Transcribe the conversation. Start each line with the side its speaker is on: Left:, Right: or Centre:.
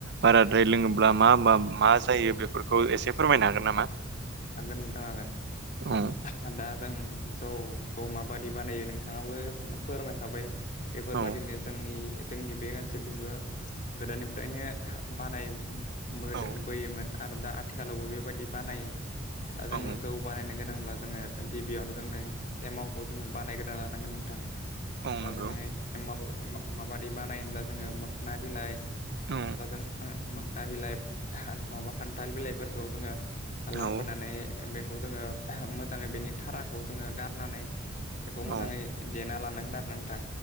Right: बाराद्राय लोङोब्ला मा मा मा जायो बे खौ एसे फोरमायनो हागोन नामा?
Left: हागोन नोंथां हागोन
Right: औ
Left: दा जों जौखौ माबा बादि बानायो नोंथाङाबो फोरमायखाबाय बेफोरबादिनो
Right: औ
Left: जोंनि जोंनि बे ओनसोलथिंबो गोदोनिफ्रायनो बानाय बोदो
Right: औ
Left: बोयोमोन आरो दा आथिखालावबो बेबायदि बानायो दा जोङो
Right: औ
Left: जौ बानायनो गोनांब्ला जोङो गिबियावनो जोंनो एमावखौ जोङो बानायग्रोना लानां खौ नोंथां
Right: औ
Left: दा
Right: नंगौ
Left: जोङो ए एमाखौ माबाददि बानायब्ला जोङो मोखोन बिलाइ
Right: औ
Left: नङाब्ला जों मोगना बिलाइ नङाबा खान्थाल बिलाइफोरखौ जोङो लाबोनानै
Right: औ
Left: बेखौ जोङो मोजाङै बेनि थाराखौ जोङो गारनानै बेखौ मोजाङै
Right: औ
Left: देना लानांगोन आरो ना नोंथां